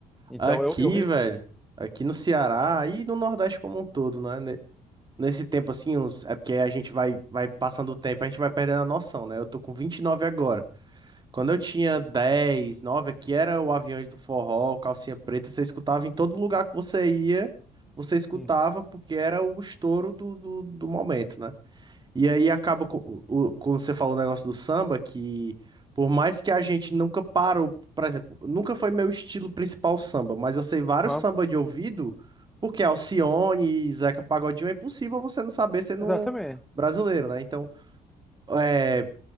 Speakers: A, in the centre; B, on the right.
A: Então
B: Aqui,
A: eu, eu res-
B: velho, aqui no Ceará e no Nordeste como um todo, né? Ne- Nesse tempo, assim, uns... é porque a gente vai, vai passando o tempo, a gente vai perdendo a noção, né? Eu tô com 29 agora. Quando eu tinha 10, 9, aqui era o Aviões do Forró, Calcinha Preta, você escutava em todo lugar que você ia, você escutava
A: Hum.
B: porque era o estouro do, do, do momento, né? E aí acaba, co- o- quando você falou o negócio do samba, que por mais que a gente nunca parou, por exemplo, nunca foi meu estilo principal samba, mas eu sei vários
A: Aham.
B: samba de ouvido, porque Alcione e Zeca Pagodinho é impossível você não saber sendo
A: Exatamente.
B: um brasileiro, né? Então, é,